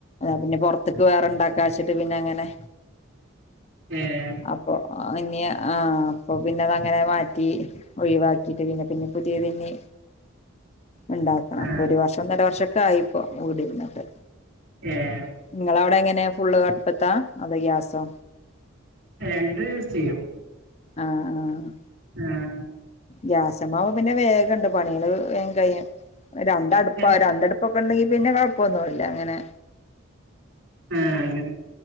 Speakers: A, on the left; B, on the right.
A: പിന്നെ പുറത്തേക്ക് വേറെണ്ടാക്കി ലാസ്റ്റ്ക് പിന്നെ അങ്ങനെ
B: ഏഹ്
A: അപ്പൊ ഇനിയ ആ അപ്പൊ പിന്നെ അത അങ്ങനെ മാറ്റി ഒഴിവാക്കിട്ട് പിന്നെ പിന്നെ പുതിയതിന്നി ഇണ്ടാക്കണം
B: ആഹ്
A: അപ്പൊ ഒരു വർഷം ഒന്നര വർഷൊക്കെ ആയി കുടിയിരുന്നിട്ട്
B: ഏഹ്
A: നിങ്ങളവിടെ എങ്ങനെ ഫുള്ള് അടുപ്പത്താ അതോ ഗ്യാസോ
B: രണ്ടും യൂസ് ചെയ്യും
A: ആഹ് ആഹ്
B: ആഹ്
A: ഗ്യാസമാവ പിന്നെ വേഗണ്ട് പണികള് വേഗം കഴിയും രണ്ടടുപ്പാ
B: രണ്ട്
A: രണ്ടടുപ്പ പുകകണി ഉണ്ടെങ്കി പിന്നെ കുഴപ്പമൊന്നുല്ല അങ്ങനെ
B: ആഹ് അങ്ങെനേ